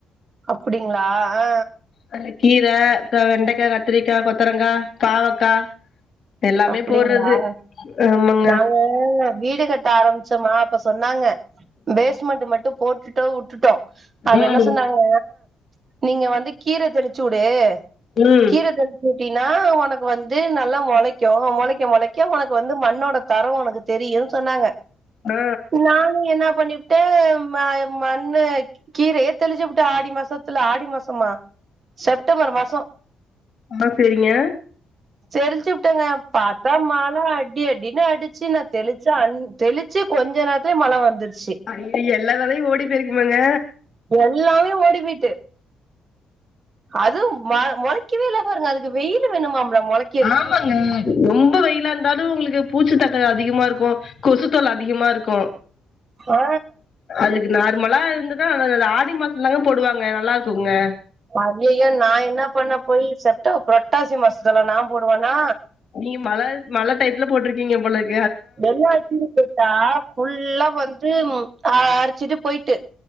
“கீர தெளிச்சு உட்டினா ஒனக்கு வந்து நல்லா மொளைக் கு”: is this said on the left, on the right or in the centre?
Right